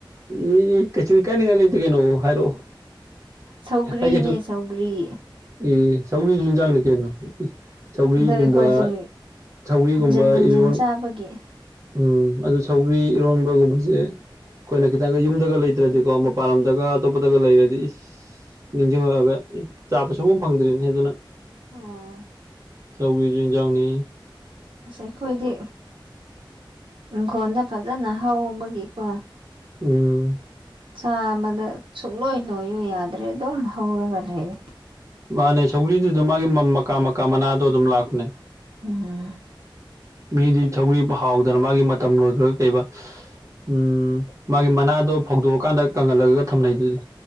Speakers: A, on the right; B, on the right.
A: ꯏ ꯀꯩꯁꯨ ꯏꯀꯥꯏꯅꯤꯡꯉꯥꯏ ꯂꯩꯇꯦ ꯀꯩꯅꯣ ꯍꯥꯏꯔꯛꯑꯣ꯫
B: ꯁꯧꯒꯔꯤꯅꯦ
A: ꯑꯩ ꯀꯩꯁꯨ
B: ꯁꯧꯒꯔꯤ꯫
A: ꯏ ꯁꯧꯒꯔꯤꯖꯨ ꯏꯟꯖꯥꯡꯅꯤ ꯀꯩꯅꯣ꯫ ꯏ ꯁꯧꯒ꯭ꯔꯤꯒꯨꯝꯕ
B: ꯑꯗꯣ ꯑꯩꯈꯣꯏꯁꯦ
A: ꯁꯧꯒꯔꯤꯒꯨꯝꯕ
B: ꯍꯟꯖꯤꯟ ꯍꯟꯖꯤꯟ
A: ꯏꯔꯣꯟ
B: ꯆꯥꯕꯒꯤ꯫
A: ꯎꯝ ꯑꯗꯨ ꯁꯧꯒ꯭ꯔꯤ ꯏꯔꯣꯟꯕꯒꯨꯝꯕꯖꯦ ꯑꯩꯈꯣꯏꯅ ꯈꯤꯇꯪꯒ ꯌꯨꯝꯗꯒ ꯂꯩ ꯇ꯭ꯔꯗꯤꯀꯣ ꯃꯄꯥꯟꯂꯝꯗꯒ ꯑꯇꯣꯞꯄꯗꯒ ꯂꯩꯔꯗꯤ ꯏꯁ ꯅꯤꯡꯖꯤꯡꯉꯒ ꯆꯥꯕ ꯁꯨꯡꯐꯪ ꯐꯪꯗ꯭ꯔꯤꯅꯦ ꯑꯗꯨꯅ
B: ꯎꯝ꯫
A: ꯁꯧꯒꯔꯤꯖꯨ ꯏꯟꯖꯥꯡꯅꯤ
B: ꯑꯁ ꯑꯩꯈꯣꯏꯒꯤ ꯏꯪꯈꯣꯟꯗ ꯐꯖꯅ ꯍꯧꯕꯒꯤꯀꯣ
A: ꯎꯝ
B: ꯆꯥꯕꯗ ꯁꯨꯡꯂꯣꯏ ꯂꯣꯏꯌꯨ ꯌꯥꯗ꯭ꯔꯦ ꯑꯗꯨꯝ ꯍꯧꯔꯒ ꯂꯩꯔꯦ
A: ꯃꯥꯅꯦ ꯁꯧꯒ꯭ꯔꯤꯗꯨꯗ ꯃꯥꯒꯤ ꯃꯀꯥ ꯃꯀꯥ ꯃꯅꯥꯗꯣ ꯑꯗꯨꯝ ꯂꯥꯛꯄꯅꯦ
B: ꯎꯝ
A: ꯃꯤꯗꯤ ꯁꯧꯒꯔꯤꯕꯨ ꯍꯥꯎꯗꯅ ꯃꯥꯒꯤ ꯃꯇꯝ ꯂꯣꯏꯈ꯭ꯔꯒ ꯀꯩꯕ ꯎꯝ ꯃꯥꯒꯤ ꯃꯅꯥꯗꯣ ꯐꯧꯗꯣꯛꯑꯀꯥꯟꯗ ꯀꯪꯍꯜꯂꯒꯒ ꯊꯝꯅꯩꯗꯨꯗꯤ